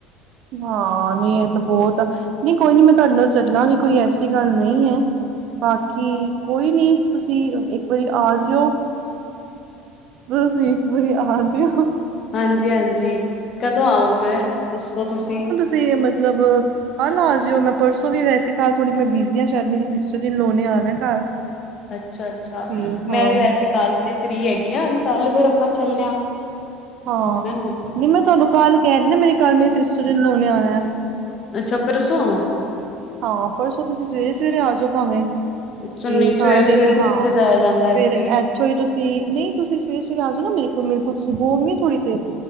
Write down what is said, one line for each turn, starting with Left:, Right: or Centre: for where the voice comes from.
Right: ਹਾਂ ਨਈਂ ਇਹ ਤਾਂ ਬੋਤ, ਨਈਂ ਕੋਈ ਨੀਂ ਮੈਂ ਤਾਡੇ ਨਾਲ ਚੱਲਾਂਗੀ ਕੋਈ ਐਸੀ ਗੱਲ ਨਈਂ ਐ। ਬਾਕੀ ਕੋਈ ਨ੍ਹੀਂ ਤੁਸੀਂ ਇੱਕ ਵਾਰੀ ਆ ਜੇਓ। ਬਸ ਇੱਕ ਵਾਰੀ ਆ ਜੇਓ।
Left: ਹਾਂਜੀ ਹਾਂਜੀ, ਕਦੋਂ ਆਵਾਂ ਮੈਂ ਦੱਸੋ ਤੁਸੀਂ?
Right: ਤੇੇ ਮਤਲਬ ਕੱਲ੍ਹ ਆ ਜੇਓ ਮੈਂ ਪਰਸੋਂ ਵੀ ਵੈਸੇ ਕਰ ਥੋੜੀ ਮੈਂ ਬਿਜ਼ੀ ਆਂ ਸ਼ਾਇਦ ਮੇਰੀ ਸਿਸਟਰ-ਇੰਨ-ਲੋ ਨੇ ਆਣਾ ਘਰ।
Left: ਅੱਛਾ ਅੱਛਾ,
Right: ਤੇ
Left: ਮੈਂ
Right: ਹਾਂ
Left: ਵੀ ਵੈਸੇ ਕੱਲ ਤੇ ਫ੍ਰਰੀ ਹੈਗੀ ਆਂ, ਕੱਲ ਫਿਰ ਆਪਾਂ ਚੱਲਣੇ ਆ?
Right: ਹਾਂ
Left: ਹਨਾ
Right: ਨਈਂ ਮੈਂ ਤਾਨੂੰ ਕੱਲ ਕੈਅ ਰੀ ਨਾ ਮੇਰੀ ਘਰ ਮੇਰੀ ਸਿਸਟਰ-ਇੰਨ-ਲੋ ਨੇ ਆਣਾ ਐ।
Left: ਅੱਛਾ ਪਰਸੋਂ ਆਵਾਂ?
Right: ਹਾਂ ਪਰਸੋਂ ਤੁਸੀਂ ਸਵੇਰੇ-ਸਵੇਰੇ ਆ ਜਓ ਭਾਵੇਂ।
Left: ਅੱਛਾ
Right: ਤੇ
Left: ਨਹੀਂ
Right: ਸਾਰਾ
Left: ਸਵੇਰੇ
Right: ਦਿਨ
Left: ਸਵੇਰੇ
Right: ਹਾਂ
Left: ਕਿੱਥੇ ਜਾਇਆ ਜਾਂਦਾ ਹੈ
Right: ਫਿਰ
Left: ਦੀਦੀ
Right: ਏਥ ਈ ਤੁਸੀਂ ਨਈਂ ਤੁਸੀਂ ਸਵੇਰੇ-ਸਵੇਰੇ ਆ ਜੋ ਨਾ ਮੇਰੇ ਕੋਲ ਮੇਰੇ ਕੋਲ ਤੁਸੀਂ ਬੋਗੇ ਨੀਂ ਥੋੜ੍ਹੀ ਦੇਰ।